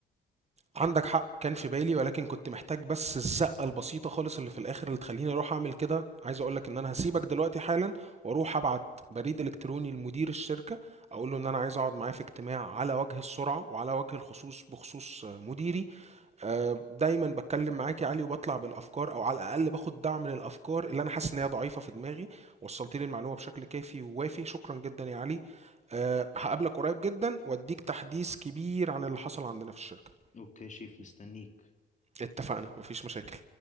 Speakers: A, on the right; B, on the left.
A: عندك حق كان في بالي ولكن كنت محتاج بس الزقة البسيطة خالص اللي في الآخر اللي تخليني أروح أعمل كده عايز أقولك إن أنا هسيبك دلوقتي حالا وأروح أبعت بريد إلكتروني لمدير الشركة أقول له إن أنا عايز أقعد معاه في اجتماع على وجه السرعة وعلى وجه الخصوص بخصوص آه، مديري آه، دايما بتكلم معاك يا علي وبطلع بالأفكار أو على الأقل باخد دعم للأفكار اللي أنا حاسس إن هي ضعيفة في دماغي وصلت لي المعلومة بشكل كافي ووافي شكرا جدا يا علي آه، هقابلك قريب جدا وأديك تحديث كبير عن اللي حصل عندنا في الشركة
B: أوكي يا شيف مستنيك
A: اتفقنا مفيش مشاكل